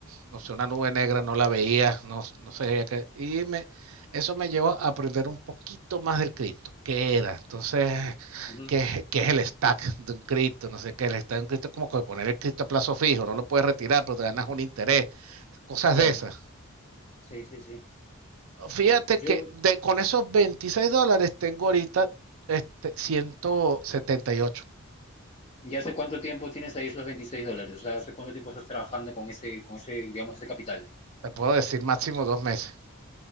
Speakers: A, on the right (about 70°); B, on the left (about 25°).
A: no sé, una nube negra, no la veía, no, no sabía qué. Y me, eso me llevó a aprender un poquito más del Cristo, qué era, entonces,
B: Ujú,
A: qué, es- qué es el stack de un Cristo, no sé qué, el stack de un Cristo es como que poner el Cristo a plazo fijo, no lo puedes retirar, pero te ganas un interés, cosas
B: Claro.
A: de esas.
B: Sí, sí, sí.
A: Fíjate
B: Yo,
A: que de, con esos 26 dólares tengo ahorita este, ciento setenta y ocho
B: ¿ya hace cuánto tiempo tienes ahí esos 26 dólares? O sea, ¿hace cuánto tiempo estás trabajando con ese, con ese, digamos, ese capital?
A: te puedo decir máximo dos meses.